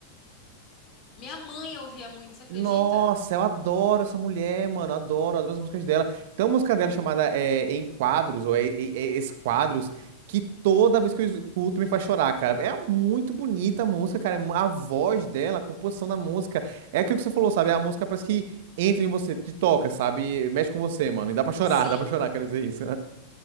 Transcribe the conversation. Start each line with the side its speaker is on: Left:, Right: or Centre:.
Left: Minha mãe ouvia muito, você acredita?
Right: Nossa, eu adoro essa mulher, mano. eu Adoro, adoro as músicas dela. Tem uma música dela chamada eh, Em Quadros, ou é, é, é, Esquadros, que toda vez que eu escuto me faz chorar, cara. É muito bonita a música, cara. A voz dela, a composição da música. É aquilo que você falou, sabe? A música parece que entra em você, te toca, sabe? Mexe com você, mano. E dá pra chorar,
Left: Sim,
Right: <laughs> dá pra chorar, quero dizer isso.